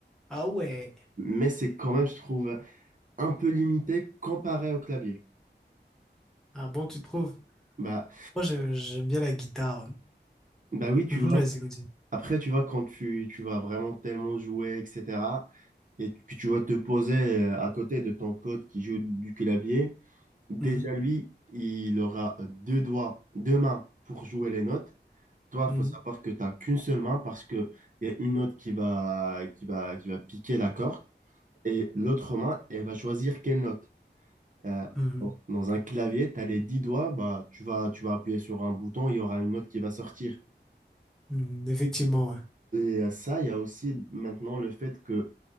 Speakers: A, in the centre; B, on the right (about 45°).
A: Ah ouais.
B: Mais c'est quand même, je trouve, un peu limité comparé au clavier.
A: Ah bon, tu trouves?
B: Bah,
A: Moi, je- j'aime bien la guitare. ouais.
B: bah oui, tu
A: Mhm,
B: vois,
A: vas-y, continue.
B: après, tu vois, quand tu, tu vas vraiment tellement jouer, etc. et puis tu vas te poser euh, à côté de ton pote qui joue du clavier. Déjà,
A: Mhm,
B: lui, il aura deux doigts, deux mains pour jouer les notes. Toi,
A: mhm,
B: il faut savoir que tu n'as qu'une seule main parce qu'il y a une note qui va, qui va, qui va piquer la corde et l'autre main, elle va choisir quelle note. Euh,
A: mhm,
B: bon, dans un clavier, tu as les dix doigts, bah, tu vas, tu vas appuyer sur un bouton, il y aura une note qui va sortir.
A: mhm. Effectivement, ouais.
B: Et à ça, il y a aussi maintenant le fait qu'il